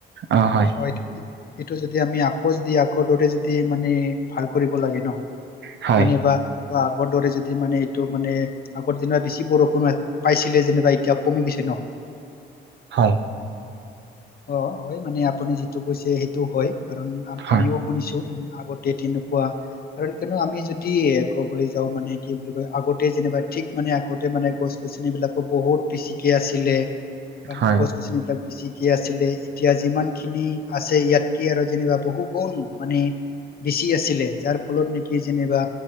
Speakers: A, on the right; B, on the left.
A: অ হয়
B: <unintelligible> এইটো যদি আমি আকৌ যদি আগৰ দৰে যদি মানে ভাল কৰিব লাগে ন,
A: হয়
B: মানে বা আগৰ দৰে যদি মানে এইটো মানে আগৰ দিনা বেছি বৰষুণ হয় পাইছিলে যেনিবা এতিয়া কমি গৈছে ন'।
A: হয়।
B: অঁ হয় মানে আপুনি যিটো কৈছে সেইটো হয়। কাৰণ
A: হয়
B: আমিও শুনিছো, আগতে তেনেকুৱা কাৰণ কিয়নো আমি যদি ক'বলৈ যাওঁ মানে কি বুলি কয় আগতে যেনিবা ঠিক মানে আগতে মানে গছ-গছনিবিলাকো বহুত বেছিকে আছিলে, কাৰণ
A: হয়
B: গছ-গছনি বিলাক ছিকে আছিলে এতিয়া যিমান খিনি আছে ইয়াত কি আৰু যেনিবা বহু গুণ মানে বেচি আছিলে যাৰ ফলত নেকি যেনিবা